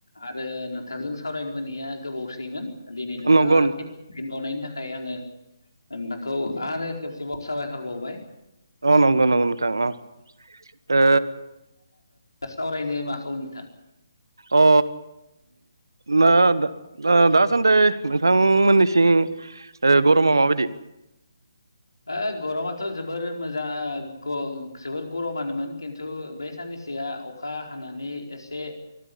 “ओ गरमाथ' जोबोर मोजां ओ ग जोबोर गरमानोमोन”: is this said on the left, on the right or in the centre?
Left